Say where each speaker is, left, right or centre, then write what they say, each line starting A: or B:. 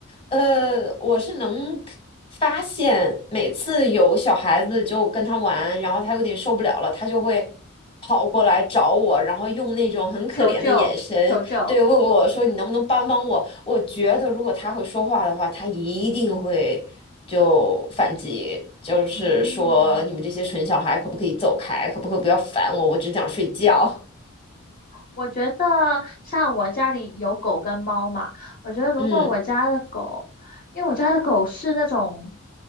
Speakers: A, on the left; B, on the left.
A: 呃，我是能发现，每次有小孩子就跟他玩，然后他有点受不了了，他就会跑过来找我，然后用那种很可怜的眼神，
B: 求救，求救。
A: 对，问我说：“你能不能帮帮我？”我觉得如果他会说话的话，他一定会就反击，就是说你们这些蠢小孩可不可以走开，
B: 嗯。
A: 可不可以不要烦我，我只想睡觉。
B: 我觉得像我家里有狗跟猫嘛，我觉得如果我家的狗，
A: 嗯，
B: 因为我家的狗是那种